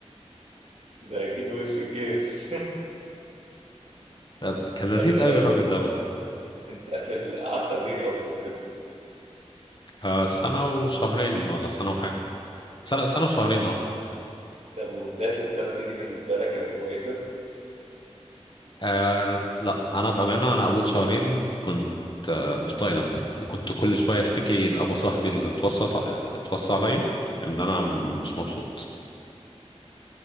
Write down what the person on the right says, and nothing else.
ده أكيد وش الجيش
<laughs> طب آه،
أنت في ال- قعدت قد إيه أصلا خدمة؟
طب وبداية السنة دي بالنسبة لك كانت كويسة؟